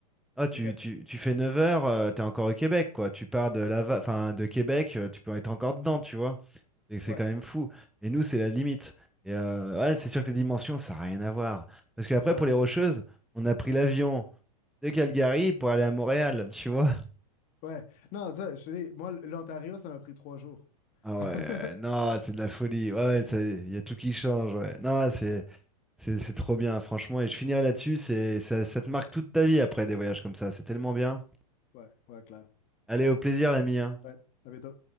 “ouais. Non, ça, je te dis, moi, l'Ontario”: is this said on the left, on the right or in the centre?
Left